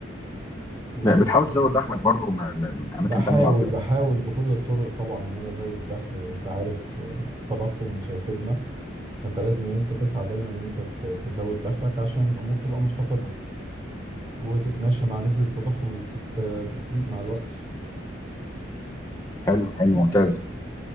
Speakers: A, on the right; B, on the left.
A: مستقرة
B: بتحاول تزود دخلك برضو م- م- من
A: بحاول
B: اماكن تانية او كده
A: بحاول بكل الطرق طبعا ان انا ازود الدخل لأن انت عارف آه، التضخم مش هيسيبنا فانت لازم ان انت تسعى دايما ان انت ت- تزود دخلك عشان الامور تبقى مستقرة وتتماشى مع نسبة التضخم اللي بتت... بتزيد مع الوقت
B: حلو حلو ممتاز